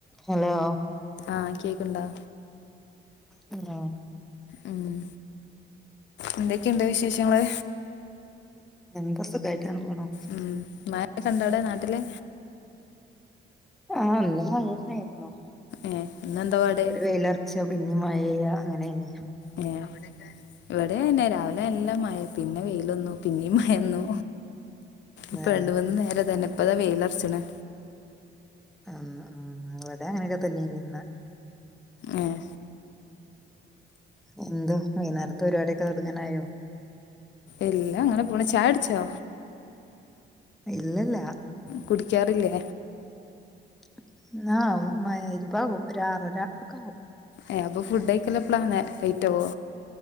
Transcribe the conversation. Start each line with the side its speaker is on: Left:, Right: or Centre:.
Centre: Hello
Left: ആഹ് കേക്ക്ണ്ടോ
Centre: hello
Left: ഉം എന്തൊക്കെണ്ട് വിശേഷങ്ങള്
Centre: എന്താ സുഖായിട്ട് പോണു
Left: ഉം മഴക്ക്ണ്ടോ അവിടെ നാട്ടില്
Centre: ആഹ് ഇന്ന് മഴന്നേര്ന്നു
Left: ഏഹ് ഇന്നെന്താ പാട്
Centre: ഒരു വെയില ച്ച പിന്നെ മഴയ്യ അങ്ങനേണ്
Left: ഏ ഇവിടെ അതന്നെ രാവിലെ നല്ല മഴ പിന്നെ വെയിലൊന്നു പിന്നീ മഴന്നു ഇപ്പ
Centre: ഏ
Left: രണ്ട് മൂന്ന് നേരെ ഇതന്നെ ഇപ്പതാ വെയിലർച്ചണ്
Centre: ആ ഇവിടെ അങ്ങനെയൊക്കെ തന്നേന്ന് ഇന്ന്
Left: ആഹ്
Centre: എന്തോ വൈന്നേരത്തെ പരിപാടിയൊക്കെ തൊടങ്ങാനായോ
Left: ഇല്ലാ അങ്ങനെ പോണ് ചായുടിച്ചോ
Centre: ഇല്ലല്ല
Left: കുടിക്കാറില്ലേ
Centre: <unintelligible>
Left: ഏ അപ്പോ ഫുഡ് കഴിക്കല്‌ എപ്പളാ ലേറ്റാവോ